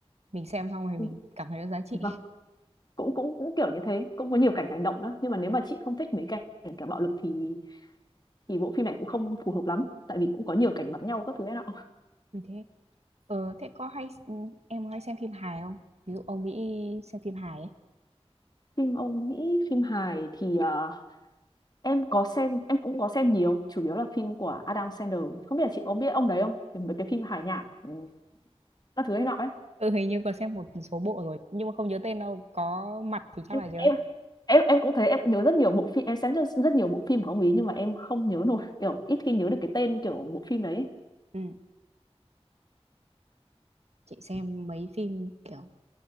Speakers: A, on the right (about 75°); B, on the left (about 40°).
A: mình xem xong rồi
B: Ừ.
A: mình cảm thấy nó giá trị
B: vâng cũng cũng cũng kiểu như thế cũng có nhiều cảnh hành động nữa nhưng mà nếu mà chị không thích mấy cảnh kiểu bạo lực thì thì bộ phim này cũng không phù hợp lắm tại vì cũng có nhiều cảnh bắn nhau các thứ ấy nọ
A: <laughs> như thế ờ thế có hay em có hay xem phim hài không ví dụ ông Mỹ xem phim hài ấy
B: phim Âu Mỹ phim hài thì à, em có xem em cũng có xem nhiều chủ yếu là phim của Adam Sandler không biết là chị có biết ông đấy không Thì mấy cái phim hài nhảm ừ, các thứ ấy nọ ấy
A: ừ hình như có xem một số bộ rồi nhưng mà không nhớ tên đâu có mặt thì chắc
B: em
A: là nhớ
B: em em em cũng thấy em nhớ rất nhiều bộ phim em xem rất, rất nhiều bộ phim của ông ấy nhưng mà em không nhớ nổi kiểu ít khi nhớ được cái tên kiểu bộ phim đấy
A: ừ chị xem mấy phim kiểu